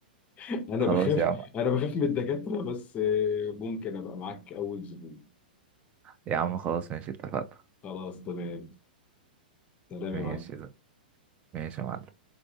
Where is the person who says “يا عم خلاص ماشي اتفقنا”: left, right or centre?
Right